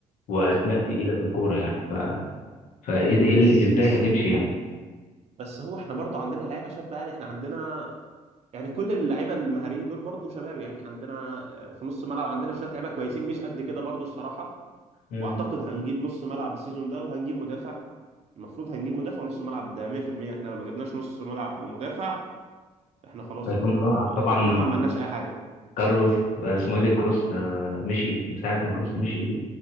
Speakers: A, on the left (about 80°); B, on the right (about 50°).
A: واسماء تقيله في الكوره يعني ف فإيه ده- إيه ال-
B: بس
A: ازاي
B: بس
A: هتمشي يعني
B: بس هو احنا برضه عندنا لعيبه شابه يعني احنا عندنا يعني كل اللعيبه المهاريين دول برضه شباب يعني عندنا آه، في نص الملعب عندنا شويه لعيبه كويسين مش قد كده برضه الصراحه
A: امم
B: واعتقد هنجيب نص ملعب السيزون ده وهنجيب مدافع المفروض هنجيب مدافع ونص ملعب ده 100% احنا لما جبناش نص ملعب ومدافع احنا خلاص
A: هيكون
B: احنا
A: ضاع طبعا
B: احنا كنا ما عملناش اي حاجه
A: كارلوس آه، اسمه ايه ده كروس آه، مشي من ساعة ما كروس مشي